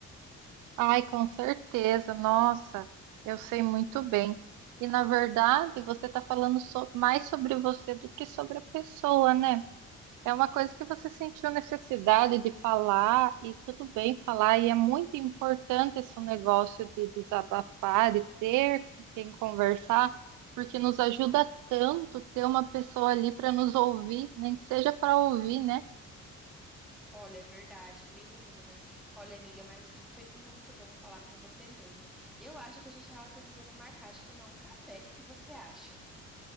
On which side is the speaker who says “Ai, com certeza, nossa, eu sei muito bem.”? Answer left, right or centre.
Right